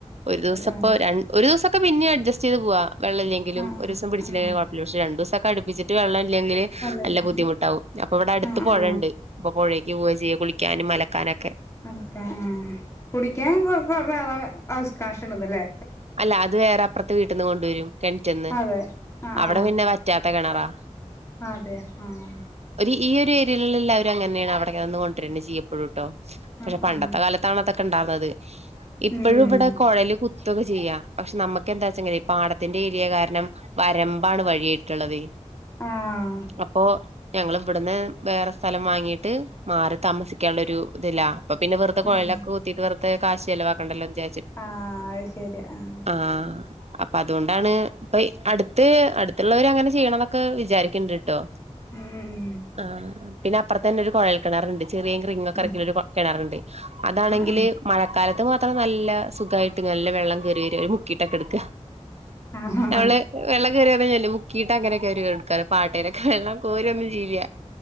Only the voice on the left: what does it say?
ആ
ആ ആ
ആ
കൊള്ളാം
ആ ആ
ആക്കെ കുടിക്കാൻ വേ വേ വേറെ വേ ഹൗസ് കണക്ഷണ്ട് ന്ന് ല്ലേ?
അതെ ആഹ്
അതെ ആഹ്
ആഹ്
ആഹ്
ഉം
ആഹ് ആഹ്
ആഹ്
ആഹ് അഹ്ശരി ആഹ്
ഉം
ഉം
ഉം
ആഹ് ആഹ്
ആഹ്